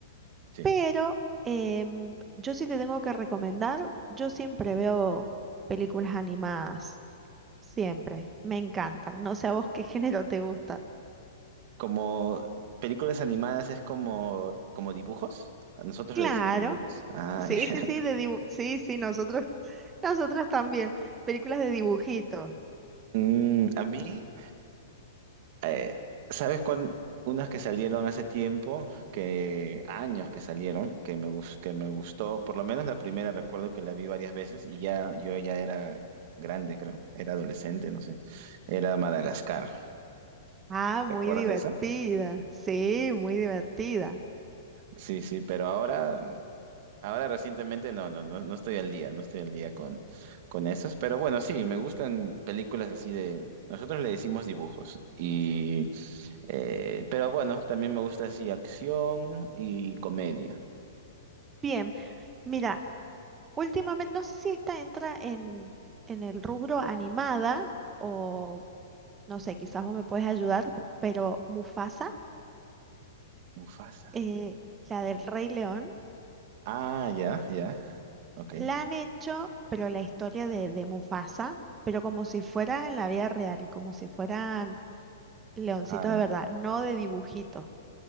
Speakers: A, on the right; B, on the right.
A: Sí.
B: Pero em, yo sí te tengo que recomendar, yo siempre veo películas animadas, siempre, me encantan. No sé a vos qué <laughs> género te gusta.
A: Como películas animadas es como, como dibujos. A nosotros
B: Claro,
A: le decimos dibujos. Ah,
B: sí,
A: <laughs>
B: sí,
A: ya.
B: sí, de dibu- sí, sí, nosotros, <laughs> nosotros también, películas de dibujito.
A: Mm, a mí. eh, ¿sabes cuán- Unas que salieron hace tiempo, que años que salieron, que me, gus- que me gustó, por lo menos la primera recuerdo que la vi varias veces y ya yo ya era grande, creo, era adolescente, no sé, era Madagascar.
B: Ah,
A: ¿Te
B: muy
A: acuerdas
B: divertida,
A: de esa?
B: sí, muy divertida.
A: Sí, sí, pero ahora Ahora recientemente no, no, no, no estoy al día, no estoy al día con, con esos, pero bueno, sí, me gustan películas así de, nosotros le decimos dibujos, y, eh, pero bueno, también me gusta así acción y comedia.
B: Bien, mira, últimamente, no sé si esta entra en, en el rubro animada o, no sé, quizás vos me puedes ayudar, pero Mufasa.
A: Mufasa.
B: eh, la del Rey León,
A: Ah, ya, ya, ok.
B: la han hecho, pero la historia de, de Mufasa, pero como si fuera en la vida real, como si fueran leoncitos
A: Ah,
B: de verdad, no de dibujito.